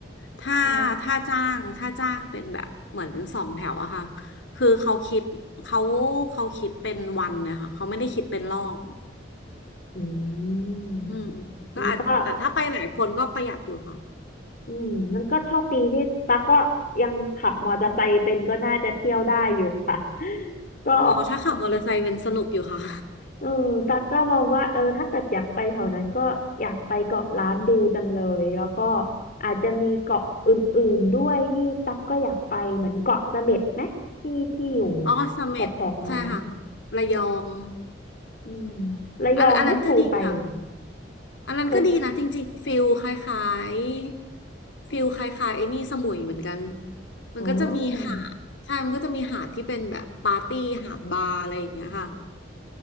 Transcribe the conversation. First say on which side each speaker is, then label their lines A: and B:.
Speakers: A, on the left (about 70°); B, on the left (about 45°).
A: ถ้าถ้าจ้างถ้าจ้างเป็นแบบเหมือนสองแถวอะค่ะ
B: อ๋อ
A: คือเขาคิดเขาเขาคิดเป็นวันเนี่ยค่ะเขาไม่ได้คิดเป็นรอบ
B: อืม
A: อืมก็อาจแต่ถ้าไปหลายคนก็ประหยัดอยู่ค่ะ
B: มันก็อืมมันก็โชคดีที่ตั๊กก็ยังขับมอเตอร์ไซค์เป็นก็น่าจะเที่ยวได้อยู่ค่ะ <laughs> ก็
A: อ๋อถ้าขับมอเตอร์ไซค์เป็นสนุกอยู่ค่ะ
B: เออตากก็มองว่า เออ ถ้าเกิดอยากไปแถวนั้นก็อยากไปเกาะล้านดูจังเลย แล้วก็อาจจะมีเกาะอื่นๆด้วยที่ตักก็อยากไปเหมือนเกาะเสม็ดไหมที่ที่อยู่
A: <laughs> อ๋อเสม็ดใช่ค่ะ
B: แถบๆนั้น
A: ระยอง
B: อืมระยองไม่เคยไปเลย
A: อันอันนั้นก็ดีค่ะอันนั้นก็ดีนะจริงๆฟิลคล้าย
B: เคย
A: ๆฟิลคล้ายๆไอ้นี่สมุยเหมือนกันมันก็จะมีหาดใช่มันก็จะมีหาดที่เป็นแบบปาร์ตี้หาดบาร์อะไรอย่างเงี้ยค่ะ
B: อ๋อ